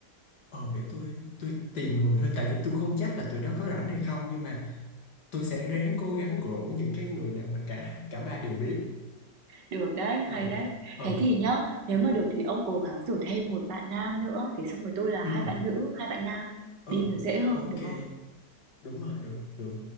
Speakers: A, on the left; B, on the right.
A: ờ để tôi tôi tìm người thôi tại vì tôi không chắc là tụi nó có rảnh hay không nhưng mà tôi sẽ ráng cố gắng rủ những cái người nào mà cả cả ba đều biết
B: Được đấy,
A: ừ
B: hay đấy.
A: ừ
B: Thế thì nhá, nếu mà được thì ông cố gắng rủ thêm một bạn nam nữa, thì xong rồi tôi là hai
A: ừ
B: bạn nữ, hai bạn nam.
A: ừ
B: Đi nó dễ hơn
A: ok
B: được không?
A: đúng rồi được được